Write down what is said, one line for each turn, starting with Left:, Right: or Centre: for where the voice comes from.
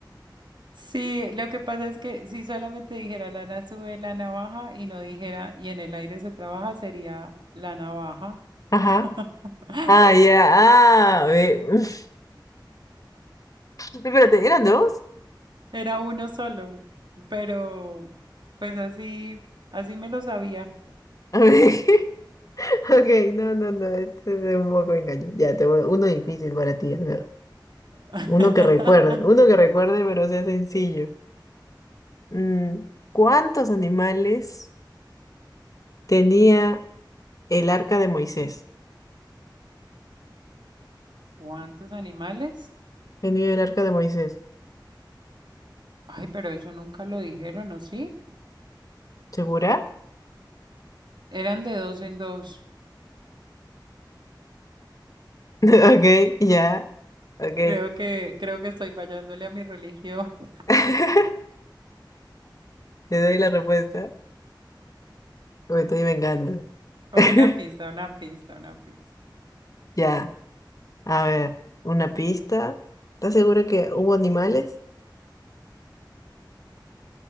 Right: Sí, lo que pasa es que si solamente dijera lana sube, lana baja y no dijera y en el aire se trabaja sería lana baja.
Left: Ajá.
Right: <laughs>
Left: Ah, ya. Ah, ve. <laughs> Espérate, ¿eran dos?
Right: Era uno solo, pero pues así, así me lo sabía.
Left: A ver. <laughs> Ok, no, no, no. Este es un poco engaño. Ya, te voy- uno difícil para ti. a ver.
Right: <laughs>
Left: Uno que recuerde, uno que recuerde, pero sea sencillo. Mm, ¿Cuántos animales tenía el arca de Moisés?
Right: ¿Cuántos animales?
Left: Tenía el arca de Moisés.
Right: Ay, pero eso nunca lo dijeron, ¿o sí?
Left: ¿Segura?
Right: Eran de dos en dos.
Left: <laughs> Ok, ya. Ok.
Right: Creo que, creo que estoy fallándole a mi religión. <laughs>
Left: <laughs> Le doy la respuesta. Me estoy vengando.
Right: O
Left: <laughs>
Right: Una pista, una pista, una pista.
Left: Ya. A ver, una pista. ¿Estás segura que hubo animales?